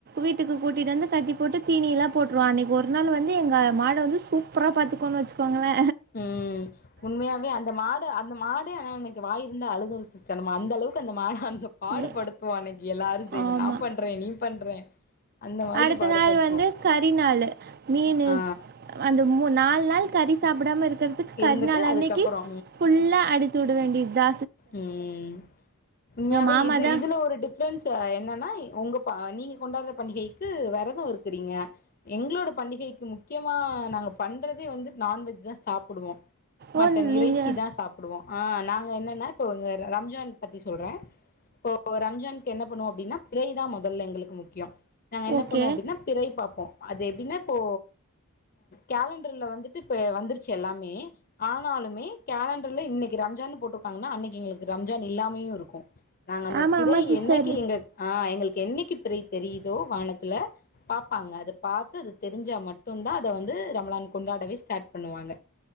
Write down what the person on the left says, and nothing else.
ம் உண்மயாவே அந்த மாடு அந்த மாடே அனா இன்னக்கு வாயிர் இந்தா அழுதுரு சிஸ்ட நம்ம அந் அளவுக்கு அந்த மாடா அந்த பாடு
படுத்துவோ அன்னக்கி எல்லாரும் சேந்து
நா பண்றே நீ பண்றே அந்த மாதிரி
பாடுபடுத்துவோ
ஆ
இருந்துட்டு
அதுக்கப்புறோ
உம் உண்மையாவே
இது
இதுல ஒருடி ண்ட் என்னென்னா உங்க நீங்க கொண்டாடுற பண்டிகைக்கு விரதம் இருக்கிறீங்க எங்களோட பண்டிகைக்கு முக்கியமா நாங்க பண்றதே வந்து நான்வெஜ் தான் சாப்பிடுவோம் மட்டன்
இறைச்சி
தான் சாப்பிடுவோம் ஆஹ் நாங்க என்னன்னா ரம்ஜான் பத்தி சொல்றேன் இப்போ ரம்ஜான்க்கு என்ன பண்ணுவோம் அப்படின்னா பிறைதான் முதல்ல எங்களுக்கு முக்கியம் நாங்க என்ன
பண்ணுவோம் அப்படின்னா பிறை பார்ப்போம் அதே என்ன இப்போ கேலண்டர்ல வந்துட்டு வந்துருச்சு எல்லாமே ஆனாலுமே கேலண்டர்ல இன்னைக்கு ரம்ஜான்னு போட்டிருக்காங்கன்னா அன்னைக்கு எங்களுக்கு ரம்ஜான் இல்லாமையும் இருக்கும் நாங்க அந்த
பிறை
என்னைக்கு எங்க ஆஹ் எங்களுக்கு என்னைக்கு பிறை தெரியுதோ வானத்துல பார்ப்பாங்க அதை பார்த்து அது தெரிஞ்சா மட்டும் தான் அத வந்து ரமலான் கொண்டாடவே ஸ்டார்ட் பண்ணுவாங்க